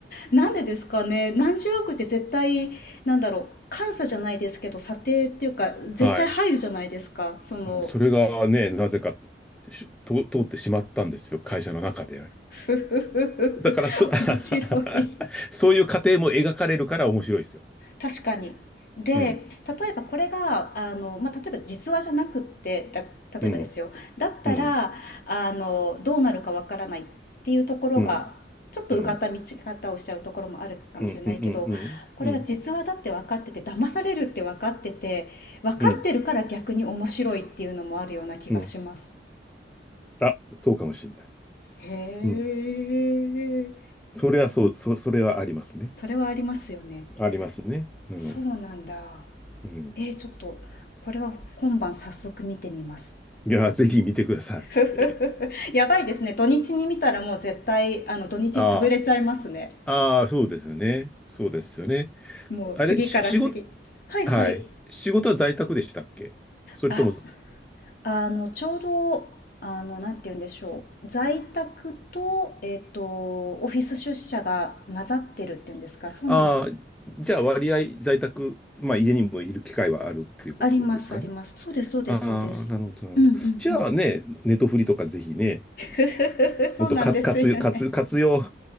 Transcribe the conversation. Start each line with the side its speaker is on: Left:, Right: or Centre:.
Left: なんでですかね何十億って絶対なんだろう監査じゃないですけど査定っていうか絶対入るじゃないですかその
Centre: はい。もうそれがね、なぜかし通通ってしまったんですよ、会社の中で。
Left: ふふふふ面白い
Centre: だからそ、<laughs> そういう過程も描かれるから面白いですよ。
Left: 確かに。で、例
Centre: うん。
Left: えばこれが、あの、まあ、例えば実話じゃなくって、だ、例えばですよ。
Centre: うん
Left: だったら、
Centre: うん、
Left: あの、どうなるかわからないっていうところが、
Centre: うん、
Left: ちょっとうがった見方をしちゃうところもあるかもしれないけど、
Centre: うん、うん、うん、うん、
Left: これが実話だって分かってて、
Centre: うん、
Left: 騙されるって分かってて、分かってるから逆に面白いっていうのもあるような気がします。
Centre: うん、うん。あ、そうかもしれない。
Left: へえ、
Centre: うん。それはそう、そ、それはありますね。
Left: それはありますよね。
Centre: ありますね。うん、
Left: そうなんだ。
Centre: うん。
Left: えー、ちょっと、これは今晩早速見てみます。
Centre: いや、ぜひ見てください。
Left: <laughs> やばいですね。土日に見たらもう絶対、あの、土日潰れちゃいますね。
Centre: ああ、あそうですよね。そうですよね。
Left: もう次から次。
Centre: あれ、し、仕事、
Left: はいはい。
Centre: はい。仕事は在宅でしたっけそれとも、
Left: あ、あの、ちょうど、あの、なんて言うんでしょう。在宅と、えっと、オフィス出社が混ざってるっていうんですか。そうなんですね。
Centre: ああー、じゃあ割合在宅、まあ家にもいる機会はあるっていうことですかね。
Left: あります、あります。そうです、そうです、
Centre: ああ、
Left: そうです。
Centre: なるほど、なるほど。
Left: うんうんうん。
Centre: じゃあね、ネトフリとかぜひね、
Left: <laughs> そうなんですよね。
Centre: もっとか活用、活、活用